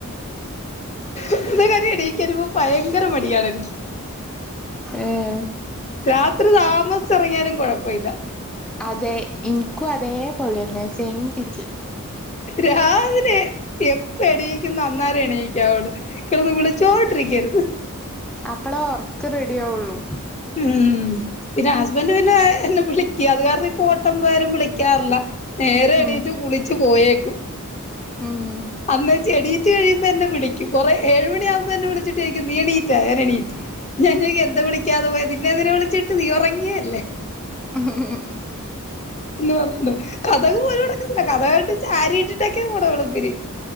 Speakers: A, on the left; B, in the centre.
A: ഇന്നേരം എണീറ്റ് വരുമ്പോ ഭയങ്കര മടിയാണ് എനിക്ക്.
B: ഏഹ്
A: രാത്രി താമസിച്ചു ഉറങ്ങിയാലും കുഴപ്പമില്ല
B: അതെ ഇൻക്കും അതേപോലെന്നെ സെയിപ്പിച്ച്.
A: രാവിലെ എപ്പ എണീക്കുന്നു അന്നേരം എണീക്കവുള്ളു കിടന്ന് വിളിച്ചോണ്ടിരിക്കരുത്.
B: അപ്പളേ ഉറക്ക് റെഡി ആവുള്ളൂ
A: ഉം പിന്നെ ഹസ്ബൻഡ് പിന്നെ എന്നെ വിളിക്ക അത് കാരണം ഇപ്പ ഓട്ടം പോയാലും വിളിക്കാറില്ല. നേരെ എണീട്ട്
B: ഉം
A: കുളിച്ചു പോയേക്കും
B: ഉം
A: അന്ന് എണീറ്റ് കഴിയുമ്പോ എന്നെ വിളിക്കും കുറെ ഏഴ് മണിയകുമ്പോ എന്നെ വിളിചിട്ട് ചോയിക്കും നീ എണീറ്റാ ഞാൻ എണീറ്റു. ഞാൻ എന്താ വിളിക്കാതെ പോയത് നിന്നെ വിളിച്ചിട്ട് നീ ഉറങ്ങിയല്ലേ?
B: ഉം ഉം ഹ്
A: എന്ന് പറഞ്ഞ കതക് പോലും അടക്കത്തില്ല കതക് ചാരി ഇട്ടിട്ടൊക്കെ പോകുന്നെ വെളുപ്പിന്